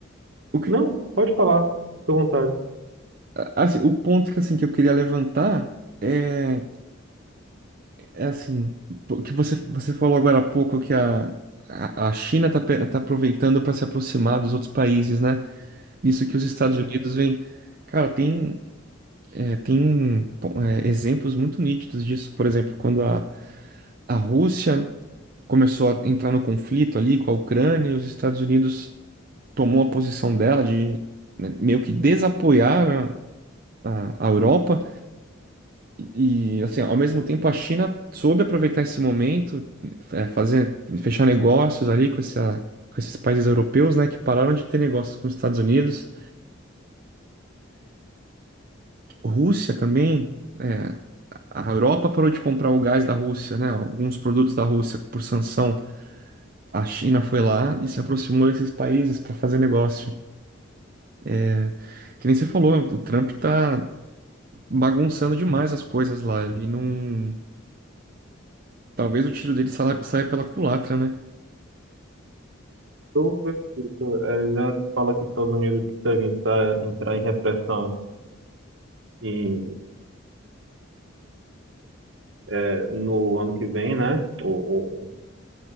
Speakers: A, on the right; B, on the right.
A: O que,
B: Não, pode falar, fica à vontade.
A: a- assim, o ponto que, assim, que eu queria levantar é É assim, pô, que você, você falou agora há pouco que a, a, a China está tá pe- tá aproveitando para se aproximar dos outros países, né? Nisso que os Estados Unidos vêm. Cara, tem, é, tem pô, é, exemplos muito nítidos disso. Por exemplo, quando a, a Rússia começou a entrar no conflito ali com a Ucrânia, e os Estados Unidos tomou a posição dela de né, meio que desapoiar a, a a Europa. E, assim, ao mesmo tempo, a China soube aproveitar esse momento, é, fazer, fechar negócios ali com essa, com esses países europeus, né, que pararam de ter negócios com os Estados Unidos. Rússia também, é, a Europa parou de comprar o gás da Rússia, né, alguns produtos da Rússia por sanção. A China foi lá e se aproximou desses países para fazer negócio. É, que nem você falou, o Trump tá bagunçando demais as coisas lá. Ele não. Talvez o tiro dele sala- saia pela culatra, né?
B: Tudo isso, eh, já fala que os Estados Unidos devem entrar, entrar em repressão e, eh, no ano que vem, né? O, o-